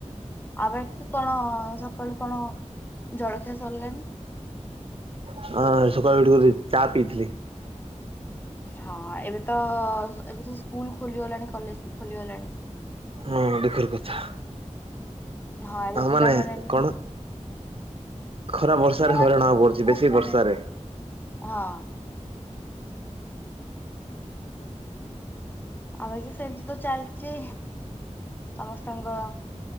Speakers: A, on the left; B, on the right.
A: ଆ ବାକି କଣ ସକାଳୁ କଣ ଜଳଖିଆ ସରିଲାଣି?
B: ହଁ ସକାଳୁ ଉଠି କରି ଚା ପିଇଥିଲି।
A: ହଁ ଏବେ ତ ଏବେ ତ ସ୍କୁଲ ଖୋଲିଗଲାଣି କଲେଜ ବି ଖୋଲିଗଲାଣି।
B: ହଁ ଦୁଃଖର କଥା।
A: ହଁ ଏବେ
B: ଆଉ
A: ପିଲାମାନେ
B: ମାନେ
A: ବି
B: କଣ ଖରା ବର୍ଷାରେ
A: ପିଲାମାନେ
B: ହଇରାଣ
A: ବି
B: ହବାକୁ
A: ସବୁ
B: ପଡୁଛି
A: ସ୍କୁଲ
B: ବେଶୀ
A: ଗଲେ
B: ବର୍ଷାରେ
A: ହଁ। ଆମର ବି ସେମିତି ତ ଚାଲିଛି ସମସ୍ତଙ୍କ